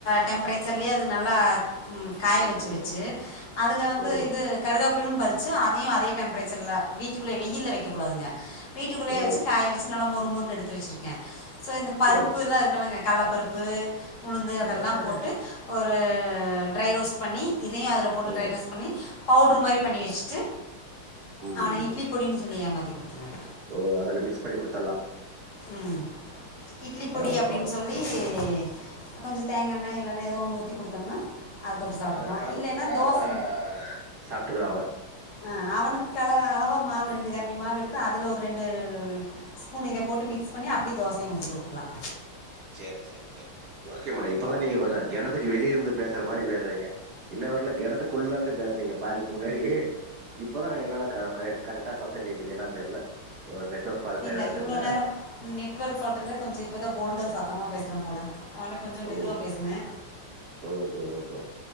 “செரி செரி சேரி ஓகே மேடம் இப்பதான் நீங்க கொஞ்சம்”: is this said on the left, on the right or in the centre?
Right